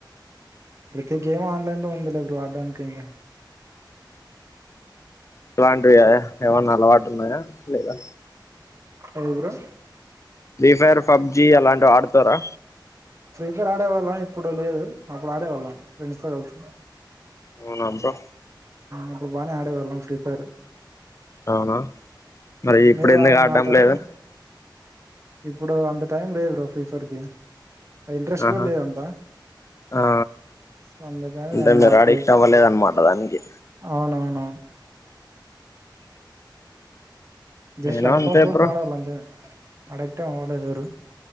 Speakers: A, on the right; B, on the left.
A: ప్రతి గేమ్ ఆన్లైన్ లో ఉంది లే బ్రో అడ్డానికి ఇంకా
B: ఇలాంటివియా ఏమైన్నా అలవాటు ఉన్నాయా లేదా
A: ఏవి బ్రో
B: ఫ్రీ ఫైర్ పబ్జి అలాంటివి ఆడతారా
A: ద్గర ఆడేవాళ్ళం ఇప్పుడు లేదు అప్పుడు ఆడేవాళ్ళం ఫ్రెండ్స్ తో కల్సి
B: అవున బ్రో
A: అప్పుడు బానే ఆడే వాళ్ళం ఫ్రీ ఫైర్
B: అవున మరి ఇప్పుడు
A: మీరు
B: ఎందుకు
A: ఏమన్నా
B: ఆడ్డం
A: ఆడతారా
B: లేదు
A: బ్రో ఇప్పుడు అంత టైం లేదు బ్రో ఫ్రీ ఫైర్ కి ఇంట్రెస్ట్
B: ఆహా
A: కూడా లేదు అంతా
B: ఆ
A: సో అందుకని
B: అంటే
A: దాన్ని
B: మీరు
A: ఆడట్లేదు
B: అడిక్ట్ అవ్వలేదు అన్నమాట దానికి
A: అవునవును జస్ట్
B: నేను
A: టైం
B: అంతే
A: పాస్ కోసం
B: బ్రో
A: ఆడే వాళ్ళం అంతే అడిక్ట్ ఎం అవ్వలేద మీరు